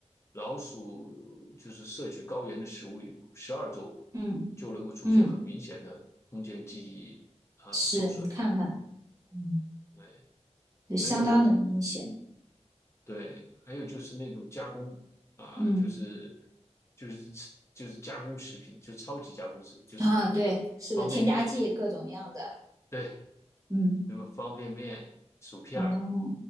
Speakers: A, on the left (about 25°); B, on the right (about 30°).
A: 老鼠就是摄取高盐的食物以后，十二周
B: 嗯
A: 就能够出现很明显的空间记忆啊、
B: 嗯，是你看看，
A: 呃受损。
B: 嗯，
A: 对，
B: 就相当的明显。
A: 还有对，还有就是那种加工啊、
B: 嗯
A: 就是就是就是加工食品，就超级加工食品，就什么那个方便面。
B: 啊，对，是的，添加剂各种样的。
A: 对，
B: 嗯，
A: 什么方便面、薯片儿，
B: 哦